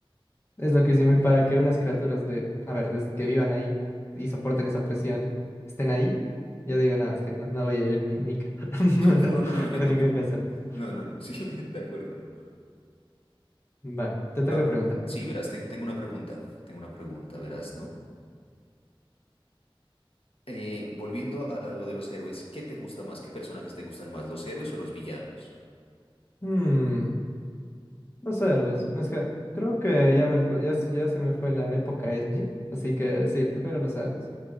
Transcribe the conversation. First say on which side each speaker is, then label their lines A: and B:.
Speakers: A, on the left; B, on the left.
A: es lo que hicimos y para que unas criaturas de, a ver, des- que vivan ahí y soporten esa presión, estén ahí, yo digo, no, es que no, no voy a ir ni, ni ca- <laughs>
B: <laughs> No, no, no, yo
A: bajo
B: tampoco.
A: ningún concepto.
B: No, no, no, sí, <laughs> de acuerdo, no.
A: Va, te toca
B: Ah,
A: preguntar.
B: sí, verás, ten- tengo una pregunta, tengo una pregunta, verás, ¿no? Eh, volviendo a, a lo de los héroes, ¿qué te gusta más? ¿Qué personajes te gustan más, los héroes o los villanos?
A: Hmm, Los héroes. Es que creo que ya, me, pa- ya, se- ya se me fue la época edgy, así que sí, prefiero los héroes.